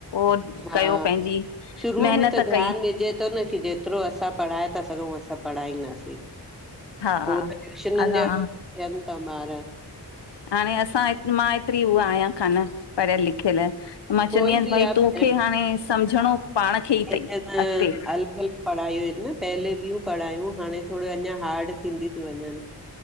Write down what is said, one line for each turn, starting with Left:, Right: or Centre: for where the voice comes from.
Left: ओ
Centre: हा
Left: कयो पंहिंजी,
Centre: शुरूअ
Left: महनत
Centre: में ध्यानु
Left: कई।
Centre: ॾिजे त न की जेतरो असां पढ़ाए था सघूं असां पढ़ाईंदास।
Left: हा
Centre: पो त ट्यूशनन
Left: असां
Centre: जे हवाले थियन था ॿार।
Left: हाणे असां मां एतरी उहा आयां कान, पढ़यल लिखियल। मां
Centre: कोई
Left: चवंदी आयस
Centre: बि
Left: भाई
Centre: आहे
Left: तोखे हाणे समझणो पाण खे ई
Centre: अलॻि
Left: तई अॻते।
Centre: अलॻि पढ़ायूं ईन न पहले ॿियूं पढ़ायूं, हाणे थोॾे अञा हार्ड थींदि थियूं वञन।